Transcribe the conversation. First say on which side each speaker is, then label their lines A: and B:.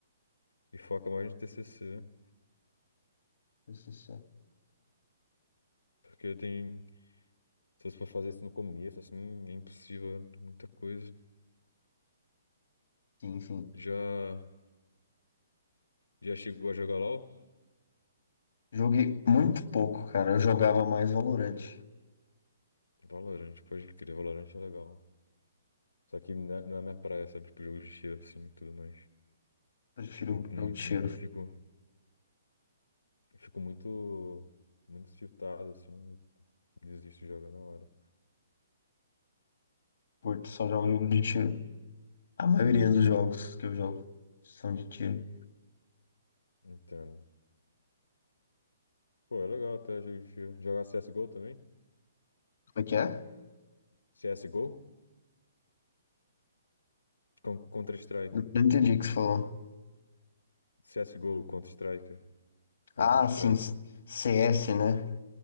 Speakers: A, on the left; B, on the left.
A: E foca mais no TCC.
B: TCC.
A: Porque tem. Se você for fazer isso no começo, assim, é impossível, né? muita coisa.
B: Sim, sim.
A: Já. Já chegou a jogar LOL?
B: Joguei muito pouco, cara. Eu jogava mais Valorant.
A: Muito pouco. Valorant, pode crer, Valorant é legal. Só que não é não é minha praia, sabe? Tipo, jogo de tiro assim e tudo mais.
B: Prefiro
A: Eu fico com
B: jogo
A: muito.
B: de tiro.
A: muito, Eu fico, eu fico muito. Muito tiltado assim. e Desisto de jogar na hora.
B: Curto só jogo jogo de tiro. A maioria dos jogos que eu jogo são de tiro.
A: Entendo. Pô, é legal até jogo de tiro. Jogar CSGO também?
B: Como é que é?
A: CSGO? Con- Counter-Strike.
B: Não não entendi o que você falou.
A: CSGO, Counter-Strike. Counter-Strike.
B: Ah, sim, CS, né?